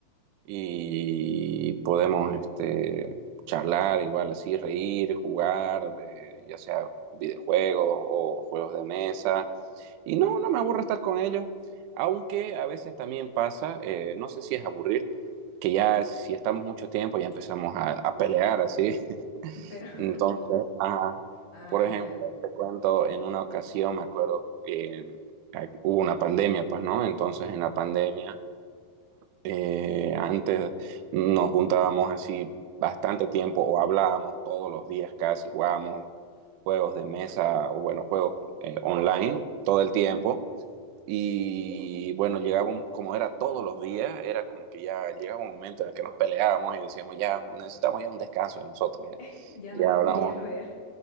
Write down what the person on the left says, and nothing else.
pero... <laughs>
Ah,
ya.
Ujú.
<laughs> Ya no
los
querías ver.